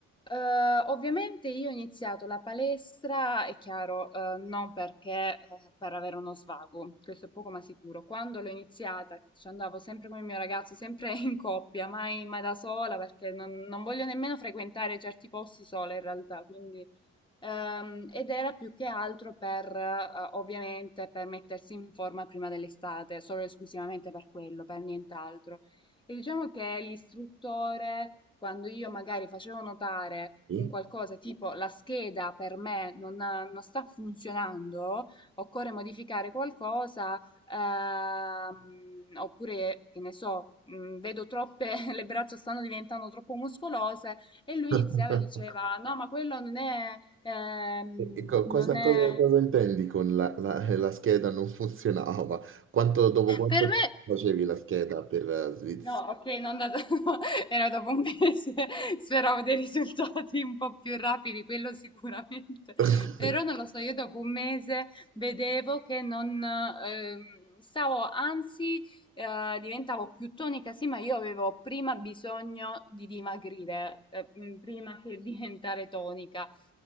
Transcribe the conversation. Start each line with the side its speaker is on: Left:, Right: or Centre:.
Left: eh, ovviamente io ho iniziato la palestra, è chiaro, eh, non perché, eh, per avere uno svago, questo è poco ma sicuro. Quando l'ho iniziata, che ci andavo sempre con il mio ragazzo, sempre <laughs> in coppia, mai, mai da sola, perché non, non voglio nemmeno frequentare certi posti sola in realtà, quindi, ehm, ed era più che altro per, eh, ovviamente, per mettersi in forma prima dell'estate, solo e esclusivamente per quello, per nient'altro. E diciamo che l'istruttore, quando io magari facevo notare
Right: Sì?
Left: un qualcosa tipo la scheda per me non, ha- non sta funzionando, occorre modificare qualcosa, ehm, oppure che ne so, mh, vedo troppe, <laughs> le braccia stanno diventando troppo muscolose, e lui
Right: <laughs>
Left: iniziava e diceva: No, ma quello non è, ehm,
Right: E co-
Left: non
Right: cosa,
Left: è.
Right: cosa- cosa intendi con la, la- la scheda non funzionava? Quanto- dopo quanto
Left: Per
Right: tempo
Left: me.
Right: facevi la scheda per eh, Svizzera?
Left: No, ok, non da... <laughs> era dopo un mese, <laughs> speravo dei risultati un po' più rapidi, quello sicuramente,
Right: <laughs>
Left: però non lo so, io dopo un mese vedevo che non ehm, stavo, anzi eh, diventavo più tonica, sì, ma io avevo prima bisogno di dimagrire, eh, mm, prima che <laughs> diventare tonica.